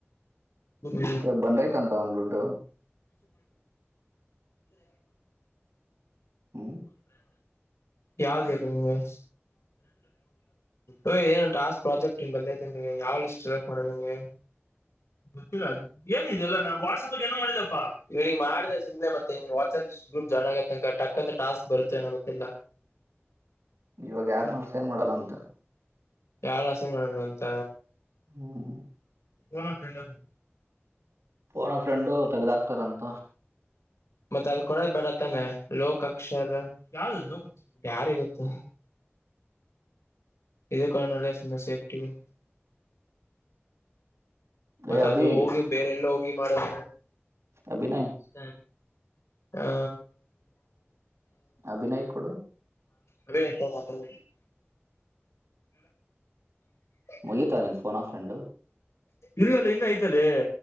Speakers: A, on the left; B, on the right.
A: ಷ
B: ಇವಾಗ ಬಂದೈತಂತ ಅವನ್ ದುಡ್ಡು ಹ್ಮ್
A: ಯಾವ್ದ ಬೇಕು ನಿಮಗೆ ್ ಏನುಂಟ ಟಾಸ್ಕ್ ಪ್ರಾಜೆಕ್ಟ್ನ್ ಬಂದೇ ಯಾವ್ ಲಿಸ್ಟ್ ಎಕ್ ಮಾಡ ನಿಮಗೆ ಗೊತ್ತಿಲ್ಲ ಅದು ಏನ್ಿದೆಲ್ಲ ನಾನ್ ವಾಟ್ಸಆಪ್ ಏೋ ಮಾಡಿದಪ್ಪಾ ಇವನಿಂಗ ಮಾಡ್ದ ಸುಮ್ನೆ ಮತ್ತೆ ವಾಟ್ಸಪ್ ಗ್ರೂಪ್ ಜನನ್ ಆಗತನಕ ಟಕ್ಕ ಅಂತ ಟಾಸ್ಕ್ ಬರುತ್ತೆಏನೋ ಗೊತ್ತಿಲ್ಲ
B: ಇವಾಗ ಯಾರನ್ನ ಅಸೈನ್ ಮಾಡಲ್ಲ ಅಂತ
A: ಯಾರಸ ಮಡ ಅಂತ
B: ಹ್ಮ
A: ಕಫಡ್ <inaudible>
B: ಓನ ಫ್ರೆಂಡು ತಗದಾಕ್ತಾರಂತ
A: ಮತ್ತತ್ ಅದ್ ಕೊಡದ್ ಬೇಡತ್ತಾನ ಲೋಕಾಕ್ಷರ ಯಾವ ಲೋಕಾಕ್ಷರ ಯಾರಿ ಗೊತ್ತ ಇದೇ ಕಾರಣಲ್ಲ ಸಮ್ಮ ಸೇಫ್ಟಿಗೆ ಮತ್ತತ್
B: ಏ ಅಭಿ
A: ಅದು ಹೋಗಿ ಬೇರೆಲ್ಲ ಹೋಗಿ ಮಾಡುವ
B: ಅಭ ನಾಯ
A: ಹ ಹಾ
B: ಅಭಿನಯ್ ಕೊಡು
A: ಅದೇ <unintelligible> ಮಾತಾಡ್ಬೇಕು <unintelligible>
B: ಮುಗಿತಾ ನಿಂದು ಫೋನ್ ಆ ಫ್ರೆಂಡು.
A: ಇಲ್ಲಲ್ಲ ಇನ್ನ ಐತಲ್ಲೇ